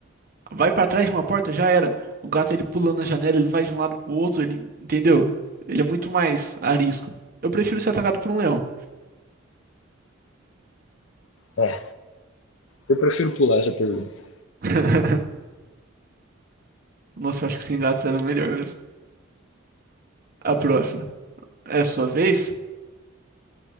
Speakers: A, on the right (about 45°); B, on the left (about 70°).
A: Vai pra trás de uma porta, já era. O gato ele pula na janela, ele vai de um lado pro outro, ele, entendeu? Ele é muito mais arisco. Eu prefiro ser atacado por um leão.
B: É. Eu prefiro pular essa pergunta.
A: <laughs> Nossa, eu acho que sem gatos era melhor mesmo. A próxima. É a sua vez?